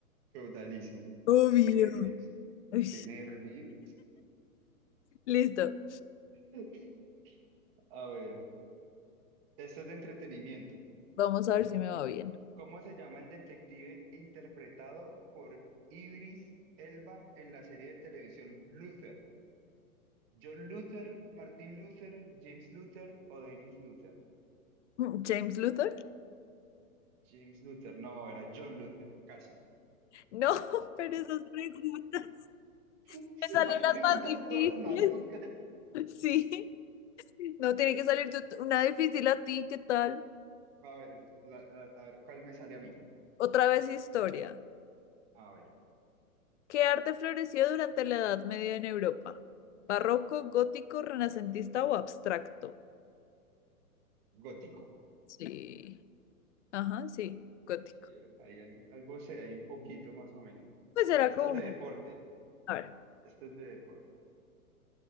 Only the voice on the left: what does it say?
Obvio.
Uy,
listo.
Vamos a ver si me va bien.
<laughs> ¿James Luther?
No, <laughs> pero esas preguntas
me salen
las
más difíciles.
<laughs> Sí. No tiene que salir tu- una difícil a ti, ¿qué tal?
Otra vez historia.
¿Qué arte floreció durante la Edad Media en Europa? ¿Barroco, gótico, renacentista o abstracto?
Sí. Ajá, sí, gótico.
Pues era
como,
a ver,